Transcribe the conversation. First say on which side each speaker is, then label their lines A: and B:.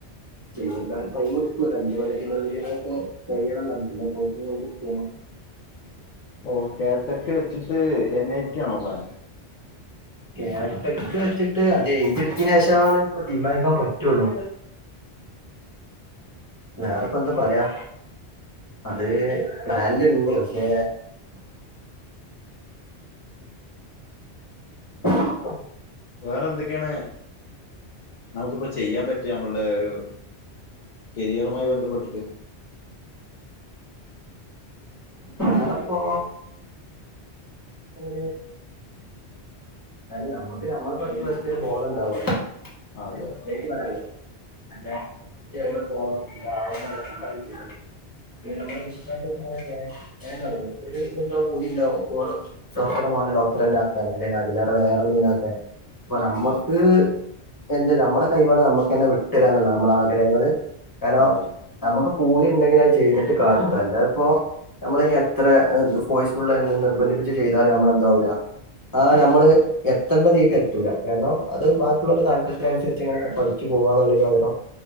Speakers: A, on the left; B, on the left.
A: പിന്നെന്താ ടൈമ് ഒരഞ്ച് കൊല്ലത്തിനുള്ളിലൊക്കെ കയ്യണന്നാണ് പിന്നെ <unintelligible> ചെയ്യണം.
B: ഓഹ് കേട്ടക്ക് വെച്ചിട്ട് എൻ ഐടി ആണോ പ്ലാൻ?
A: കേട്ടക്ക് വെച്ച്ട്ട് അത് എഴുതിട്തീനേ ഷാണ് ഇപ്പ തീരുമാനിക്കാൻ പറ്റുള്ളു. വേറെപ്പന്താ പറയാ അത് പ്ലാനില്ണ്ട് പക്ഷേ <inaudible>
B: വേറെ എന്തൊക്കെയാണ് നമുക്ക്പ്പോ ചെയ്യാംപറ്റാ നമ്മൾടെ ഒരു കെരിയറുമായി ബന്ധപ്പെട്ടിട്ട്
A: അതെപ്പൊ? ഒര് കാരണം നമ്മക്ക് നമ്മളെ പറ്റി വല്ല്യബോധണ്ടാവ
B: അതെ
A: പ്രത്യോഗിച്ച് <unintelligible> <inaudible> പിന്ന നമ്മള് വിശദായിട്ട് <unintelligible> ഒരു ഒര്ത്ണ്ടാവുംപൂതിണ്ടാവും ഓള് ഡോക്ടറെ മോനെ ഡോക്ടറന്നെ ആക്കാന് അല്ലങ്കിൽ അതിലേറെ വേറെ എന്തെങ്കിലും ആക്കാന് അപ്പ നമ്മക്ക്
B: അതെ
A: എന്ത് നമ്മടെ കൈവാണ് നമക്കന്നെ വിട്ടു തരാന്നുള്ള നമ്മളെ ആഗ്രഹങ്ങള് കാരണം
B: അതെ
A: നമ്മക്ക് പൂതി ഇണ്ടങ്കിലെ അത് ചെയ്തിട്ട് കാര്യള്ളു അല്ലാപ്പോ നമ്മളെനി എത്രഫോഴ്സ്ഫുൾഎന്ന് നിർബന്ധിപ്പിച്ച് ചെയ്താലും നമ്മളെന്താവൂല <unintelligible> നമ്മള് എത്തണ്ടതീക്ക് എത്തൂല കാരണം അത് ബാക്കിയുള്ളരുടെ താല്പര്യത്തിനനുസരിച്ച് ഇങ്ങനെ പഠി ക്ക് പോവാനുള്ളതിന് പകരം